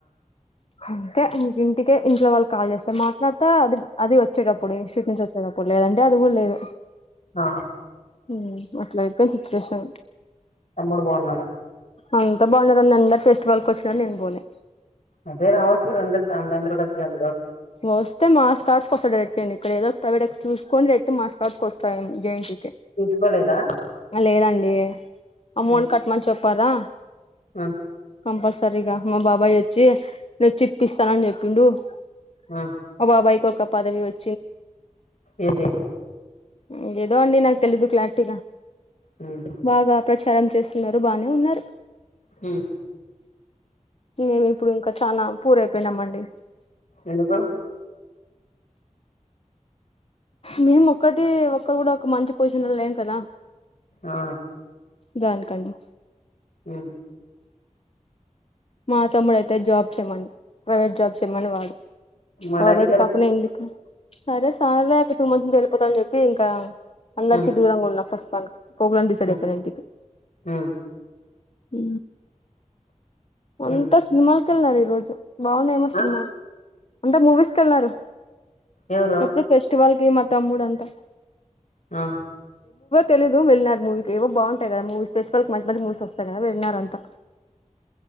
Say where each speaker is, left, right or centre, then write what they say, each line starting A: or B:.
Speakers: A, on the left; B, on the left.
A: అంటే ఇ ఇంటికే ఇంట్లో వాళ్ళు కాల్ చేస్తే మాక్ తర్వాత అది అది వచ్చేటప్పుడు ఇన్ స్షూట్ నుంచి వచ్చేటప్పుడు లేదండి అది కూడా లేదు
B: ఆ ఆ
A: మ్మ్ అట్లా చెప్పేసి కృషన్
B: తమ్ముడు బాగున్నాడా
A: అంత బాగున్నారు అన్న అందరు ఫెస్టివల్కి వచ్చినారు నేను పోలే
B: అదే రావచ్చు కదా అందరు ఫ్యామిలీ అందరు కలిసినబ్బుడు
A: వస్తే మా స్టార్స్కి వస్తా రెట్ం ఇక్కడ ఏదో ఒక ప్రైవేట్ చూసుకుని రెట్ మా స్టార్స్ వస్తా జె ఎన్ టి యు ఒకే
B: తీసుకోలేదా
A: ఆ లేదండి ఏ అమౌంట్
B: ఉమ్
A: కట్ మన్ చప్పారా
B: ఉమ్
A: కంపల్సరీగా మా బాబాయ్ వచ్చి నేనుచ్చిప్పిస్తానని చెప్పిండు అ
B: ఉమ్
A: మా బాబాయ్ కప్ క పదవి వచ్
B: ఏది
A: మ్మ్ ఏ దో అండి నాకు తెలిదు క్లారిటీగా
B: ఉమ్
A: బాగా ప్రచారం చేస్తున్నారు బానే ఉన్నారు
B: మ్మ్
A: మేమి ఇప్పుడు ఇంకా చానా పూర్ అయిపోయినామండీ.
B: ఎందుకు?
A: మేమ్ ఒక్కటీ ఒకరు గూడా ఒక మంచి పొజీషన్ లో లేం కదా.
B: ఆ
A: దాన్కండి.
B: హ్మ
A: మా తమ్ముడు అయితే జాబ్ చెయమను. ప్రైవేట్ జాబ్ చెయమని వాడు.
B: మరి
A: కాబట్టి
B: అది కరెక్ట్
A: పక్కన ఎందుకు. సరే సార్లే అ ఒక టూ మంత్ ఉండి వెళ్ళిపోతా అని చెప్పి ఇంకా. అందరికి
B: ఉమ్
A: దూరంగా ఉన్న పరిస్థి. <unintelligible> పోకూడదని డిసైడ్
B: ఉమ్
A: అయిపోనా ఇంటికి.
B: ఉమ్
A: అ అంతా
B: ఉమ్
A: సినిమాలకు కెళ్లారు ఈళ్ రోజు బాగున్నాయేమో
B: ఆ
A: సినిమాలు. అంతా మూవీస్ కెళ్లారు.
B: ఎవరు
A: ఎప్పుడు ఫెస్టివల్. కీ మా తమ్ముడు అంటా.
B: ఆ
A: తెలీదు వెళ్లారు మూవీకి ఏవో బాగుంటాయి గదా మూవీస్ ఫెస్టివల్ కి మంచి మంచి మూవీస్ వస్తాయి కదా వెళ్ళినారు అంతా.